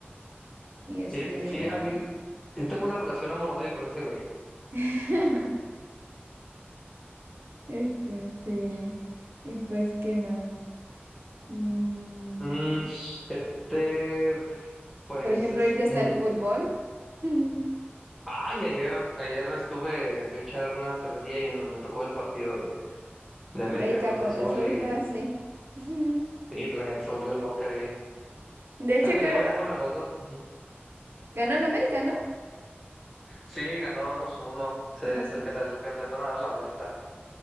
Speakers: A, on the right; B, in the centre.
A: y este
B: Sí,
A: de
B: sí, a mí y tengo una relación amor-odio con ese güey.
A: <laughs> Este, sí. Y pues, ¿qué más? Mm,
B: Mm, este, pues,
A: por ejemplo,
B: es-
A: ahorita está
B: mm,
A: el fútbol. <laughs> Mm,
B: ay, ayer, ayer estuve, fui a echar una cervecilla y no- me tocó el partido de, de América
A: América
B: Cruz
A: contra
B: Azul
A: Azul.
B: y,
A: Ah, sí. <laughs>
B: y la gente se volvió loca.
A: De hecho,
B: sea, ni
A: creo,
B: le voy a
A: ah,
B: ninguno de los dos. <laughs>
A: ganó el América, ¿no?
B: Sí, ganó dos uno Se-
A: Dos,
B: Es el
A: uno.
B: que el que alcanzaron a dar la vuelta.